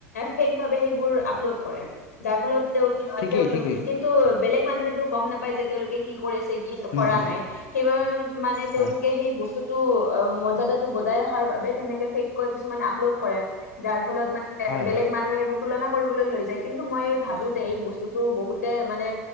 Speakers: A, on the left; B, on the left.
A: ফেক ভাৱে সেইবোৰ আপলোড কৰে, যাৰ ফলত তেওঁ
B: ঠিকেই,
A: তেওঁলোক
B: ঠিকেই,
A: কিন্তু ত' বেলেগ মানুহেতো গম নাপায় যে তেওঁলোকে কি কৰি আছে কি
B: হুম,
A: কৰা
B: হুম,
A: নাই সেইবাবে মানে তেওঁলোকে
B: হয়।
A: সেই বস্তুটো অ' মৰ্যাদাটো বজাই ৰখাৰ বাবে তেনেকে ফেক কৈ মানে আপলোড কৰে, যাৰ ফলত মানে
B: হয়,
A: বেলেগ
B: হয়।
A: মানুহে এইবোৰ তুলনা কৰিবলৈ লৈ যায়, কিন্তু মই ভাবো যে এই বস্তুটো বহুতে মানে